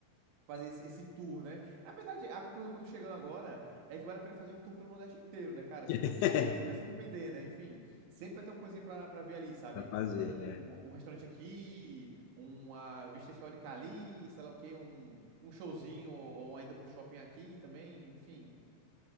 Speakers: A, on the right (about 75°); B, on the left (about 80°).
A: fazer esse, esse tour, né? Na verdade, a conclusão que eu tô chegando agora é que vale a pena fazer um tour pelo Nordeste inteiro, né, cara? Que
B: <laughs>
A: dificilmente você vai se arrepender, né? Enfim, sempre vai ter uma coisinha pra, pra ver ali, sabe?
B: Pra fazer,
A: Um,
B: né?
A: um restaurante aqui, uma vista histórica ali, sei lá o quê, um, um showzinho ou, ou ainda pro shopping aqui também, enfim.